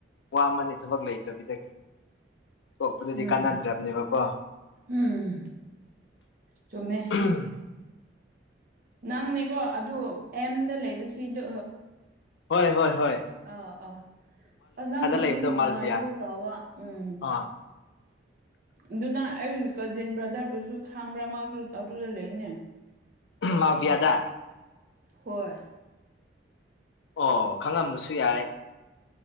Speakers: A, on the left; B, on the right.
A: ꯋꯥ ꯑꯃꯅꯤ ꯊꯕꯛ ꯂꯩꯇ꯭ꯔꯕꯤꯗ ꯇꯣꯞꯄꯗꯨꯗꯤ
B: ꯎꯝ
A: ꯀꯥꯟꯅꯗ꯭ꯔꯕꯅꯦꯕꯀꯣ
B: ꯎꯝ ꯆꯨꯃꯃꯦ
A: ꯎꯝ <unintelligible>
B: ꯅꯪꯅꯦꯀꯣ ꯑꯗꯨ ꯑꯦꯝꯗ ꯂꯩꯕꯁꯤꯗꯣ
A: ꯍꯣꯏ-ꯍꯣꯏ-ꯍꯣꯏ
B: ꯑ-ꯑ ꯑ ꯅꯪꯒꯤ
A: ꯂꯩꯕꯗꯣ
B: ꯃꯤꯡ ꯇꯣꯉꯥꯟꯕꯒꯨꯝ
A: ꯃꯥꯜꯕꯤꯌꯥ
B: ꯇꯧꯕ ꯎꯝ
A: ꯑꯥ
B: ꯑꯗꯨꯅ ꯑꯩ ꯀꯖꯤꯟ ꯕ꯭ꯔꯥꯗꯔꯗꯨꯁꯨ ꯈꯪꯕ꯭ꯔꯥ ꯃꯥꯁꯨ ꯑꯗꯨꯗ ꯂꯩꯅꯦ <inaudible>
A: ꯃꯕꯤꯌꯥꯗ
B: ꯍꯣꯏ
A: ꯑꯣ ꯈꯪꯉꯝꯕꯁꯨ ꯌꯥꯏ